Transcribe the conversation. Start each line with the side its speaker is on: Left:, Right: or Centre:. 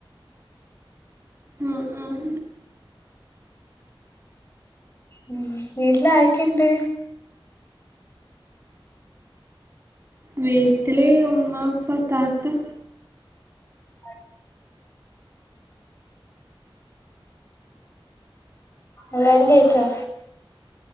Right: ഉം ഉം
Left: ഉ വീട്ടില ആരൊക്കെയുണ്ട്
Right: വീട്ടില് ഉമ്മ ഉപ്പ താത്ത
Left: ആ എല്ലാരും കഴിച്ചാ